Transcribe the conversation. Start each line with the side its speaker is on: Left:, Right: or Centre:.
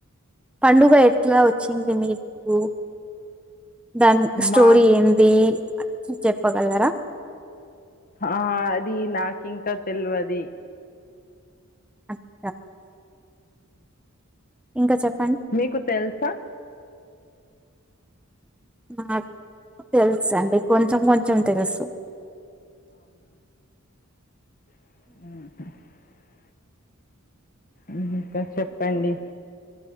Centre: పండుగ ఎట్లా వచ్చింది మీకు దాని స్టోరీ
Left: మా
Centre: ఏంది చెప్పగలరా
Left: ఆ అది నాకి ఇంకా తెలియది
Centre: అ ఇంకా చెప్ప
Left: మీకు తెలుసా
Centre: నా తెలుసు అండి కొంచెం కొంచెం తెలుసు
Left: అ ఇ ఇంకా చెప్పండి